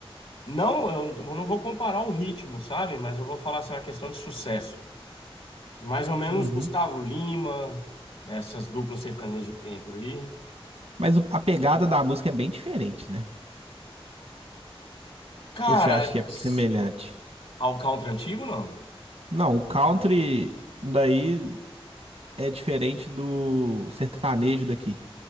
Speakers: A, on the left; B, on the right.
A: Não, eu eu não vou comparar o ritmo, sabe? Mas eu vou falar assim, uma questão de sucesso. Mais ou menos
B: Uhum.
A: Gustavo Lima, essas duplas sertanejas que tem por aí.
B: Mas o- a pegada da música é bem diferente, né?
A: Cara,
B: Ou você acha
A: é...
B: que é
A: s-
B: semelhante?
A: ah, country antigo, não?
B: Não, o country daí é diferente do sertanejo daqui.